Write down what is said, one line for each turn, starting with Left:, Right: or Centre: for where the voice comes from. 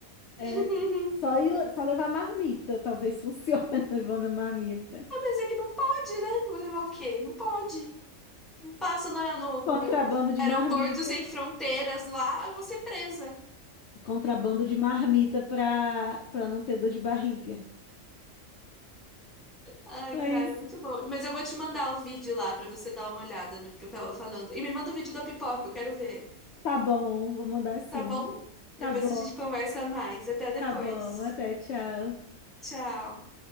Left: É,
Centre: <laughs>
Left: só, ir, só levar marmita, talvez funcione <laughs> levando a marmita.
Centre: Ah, mas é que não pode, né? Vou levar o quê? Não pode. Não passa na- no, no
Left: Contrabando de
Centre: aeroporto
Left: marmita.
Centre: sem fronteiras lá, eu vou ser presa.
Left: Contrabando de marmita para para não ter dor de barriga.
Centre: Ai,
Left: Mas
Centre: cara, muito bom. Mas eu vou te mandar o vídeo lá pra você dar uma olhada no que eu tava falando. E me manda o vídeo da pipoca, eu quero ver.
Left: Tá bom, vou mandar sim.
Centre: tá bom?
Left: Tá
Centre: Depois
Left: bom,
Centre: a gente conversa mais. Até depois.
Left: tá bom. Até, tchau.
Centre: Tchau.